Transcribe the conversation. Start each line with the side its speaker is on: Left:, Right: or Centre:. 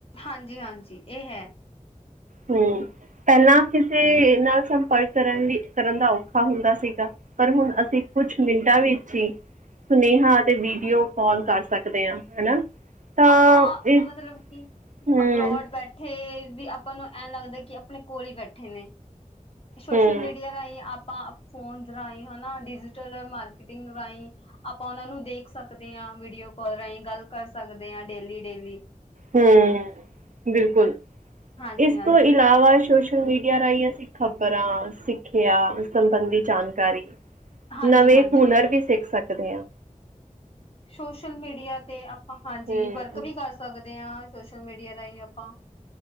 Left: ਹਾਂਜੀ, ਹਾਂਜੀ, ਇਹ ਹੈ।
Right: ਹੂੰ। ਪੈਲਾ ਕਿਸੇ ਨਾਲ ਸੰਪਰਕ ਕਰਨ ਲਈ, ਕਰਨ ਦਾ ਔਖਾ ਹੁੰਦਾ ਸੀਗਾ, ਪਰ ਹੁਨ ਅਸੀ ਕੁਛ ਮਿੰਟਾਂ ਵਿੱਚ ਹੀ ਸੁਨੇਹਾ ਅਤੇ ਵੀਡੀਓ ਕਾਲ ਕਰ ਸਕਦੇ ਹਾਂ, ਹਨਾ? ਤਾਂ
Left: ਆਪਾਂ
Right: ਇਸ
Left: ਮਤਲਬ ਕਿ
Right: ਹੂੰ,
Left: ਅਬਰੋਡ ਬੈਠੇ ਵੀ ਆਪਾਂ ਨੂੰ ਐਂ ਲੱਗਦਾ ਕਿ ਆਪਣੇ ਕੋਲ ਹੀ ਬੈਠੇ ਨੇ। ਸ਼ੋਸ਼ਲ
Right: ਹੂੰ,
Left: ਮੀਡੀਆ ਰਾਹੀ ਆਪਾਂ ਫੋਨ ਰਾਹੀ, ਹਨਾ, ਡਿਜੀਟਲ ਮਾਰਕੀਟਿੰਗ ਰਾਈ, ਆਪਾ ਉਹ ਨੂੰ ਦੇਖ ਸਕਦੇ ਹਾ ਵੀਡੀਓ ਕਾਲ ਰਾਈ ਗੱਲ ਕਰ ਸਕਦੇ ਆ ਡੇਲੀ-ਡੇਲੀ
Right: ਹੂੰ ਬਿਲਕੁਲ
Left: ਹਾਂਜੀ
Right: ਇਸ
Left: ਹਾਂਜੀ
Right: ਤੋ ਇਲਾਵਾ ਸ਼ੋਸ਼ ਸ਼ਲ ਮੀਡੀਆ ਰਾਹੀ ਅਸੀ ਖ਼ਬਰਾਂ, ਸਿੱਖਿਆ ਸੰਬੰਧੀ ਜਾਨਕਾਰੀ
Left: ਹਾਂਜੀ
Right: ਨਵੇ
Left: ਹਾਂਜੀ
Right: ਹੁਨਰ ਵੀ ਸਿੱਖ ਸਕਦੇ ਆ।
Left: ਸ਼ੋਸ਼ਲ ਮੀਡੀਆ ਤੇ ਆਪਾ ਹਾਂਜੀ,
Right: ਹਮ
Left: ਵਰਕ ਵੀ ਕਰ ਸਕਦੇ ਆਂ। ਸ਼ੋਸਲ ਮੀਡੀਆ ਰਾਹੀ ਆਪਾਂ